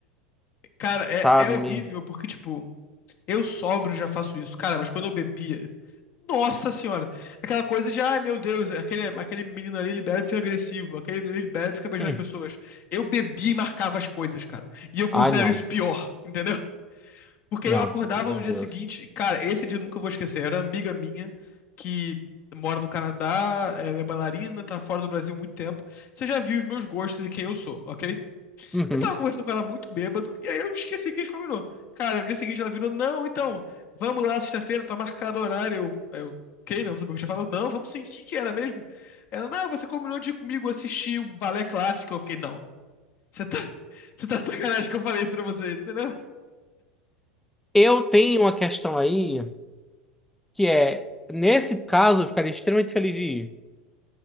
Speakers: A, on the left (about 40°); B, in the centre.
A: Cara, é,
B: sabe?
A: é horrível porque, tipo, eu sóbrio já faço isso. Cara, mas quando eu bebia. Nossa senhora! Aquela coisa de, ai meu Deus, aquele, aquele menino ali ele bebe e fica agressivo, aquele menino ele bebe e fica beijando
B: Hum.
A: as pessoas. Eu bebia e marcava as coisas, cara. E eu considero
B: Ai, não,
A: isso pior, entendeu? Porque
B: não,
A: eu acordava
B: meu
A: no dia
B: Deus.
A: seguinte, cara, esse dia eu nunca vou esquecer. Era uma amiga minha que mora no Canadá, ela é bailarina, tá fora do Brasil há muito tempo. Você já viu os meus gostos e quem eu sou, ok?
B: Uhum.
A: Eu tava conversando com ela muito bêbado, e aí eu esqueci que a gente combinou. Cara, no dia seguinte ela virou, não, então, vamos lá, sexta-feira, tá marcado o horário. Eu, aí eu, ok, não sabia o que eu tinha falado. Não, vamos sim, o que que era mesmo? Ela, não, você combinou de ir comigo assistir o balé clássico. Eu fiquei, não, você tá, <laughs> você tá de sacanagem que eu falei isso pra você, entendeu?
B: Eu tenho uma questão aí que é, nesse caso, eu ficaria extremamente feliz de ir.